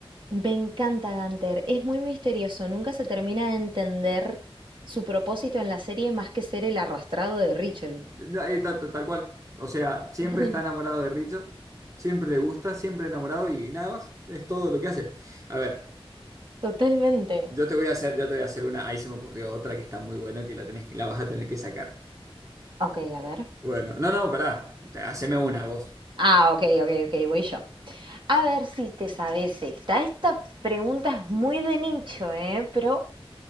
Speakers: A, on the right; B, on the right.
A: me encanta Gunther, es muy misterioso, nunca se termina de entender su propósito en la serie más que ser el arrastrado de Rachel.
B: No, eh, ta- ta- Tal, cual. O sea, siempre
A: <laughs>
B: está enamorado de Richo. Siempre le gusta, siempre enamorado y nada más. Es todo lo que hace. A ver,
A: Totalmente.
B: yo te voy a hacer, yo te voy a hacer una. Ahí se me ocurrió otra que está muy buena que la tenés, la vas a tener que sacar.
A: Ok, a ver.
B: Bueno, no, no, pará. Haceme una vos.
A: Ah, ok, ok, ok, voy yo. A ver si te sabes esta. Esta pregunta es muy de nicho, ¿eh? Pero